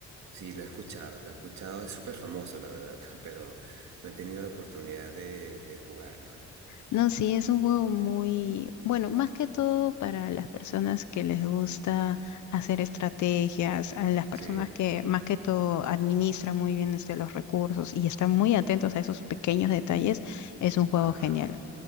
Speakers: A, on the right; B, on the left.
A: Sí, lo he escuchado, lo he escuchado, es súper famoso, la verdad, <laughs> pero no he tenido la oportunidad de, de jugarlo.
B: No, sí, es un juego muy bueno, más que todo para las personas que les gusta hacer estrategias, a las personas
A: Sí,
B: que más que todo administran muy bien este, los recursos y están muy atentos a esos pequeños detalles, es un juego
A: Ajá.
B: genial.